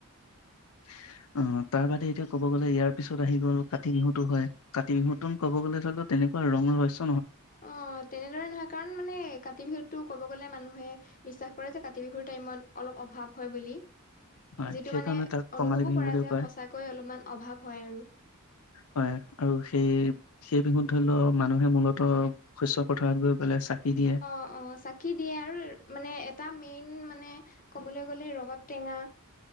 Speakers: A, on the left; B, on the left.
A: <inaudible> অ' তাৰ বাদে এতিয়া ক'ব গ'লে ইয়াৰ পিছত আহি গ'ল কাতি বিহুটো হয় কাতি বিহুতো ক'ব গ'লে <unintelligible> তেন তেনেকুৱা ৰঙ ৰহছ
B: অ' তেনেদৰে নহয় কাৰণ মানে কাতি বিহুতো ক'ব গ'লে মানুহে বিশ্বাস কৰে যে কাতি বিহুৰ টাইমত অলপ অভাৱ হয় বুলি।
A: হয়
B: যিটো
A: সেইকাৰণে
B: মানে
A: তাক কঙালী
B: অনুভৱো
A: বিহু
B: কৰা
A: বুলিও
B: যায়
A: কয়
B: সঁচাকৈ অলপমান অভাৱ হয় আৰু।
A: হয় আৰু সেই- সেই বিহুত ধৰি ল মানুহে মূলত শস্য পথাৰত গৈ পেলাই চাকি দিয়ে
B: অ'-অ' চাকি দিয়ে আৰু মানে এটা মেইন মানে ক'বলৈ গ'লে ৰবাব টেঙা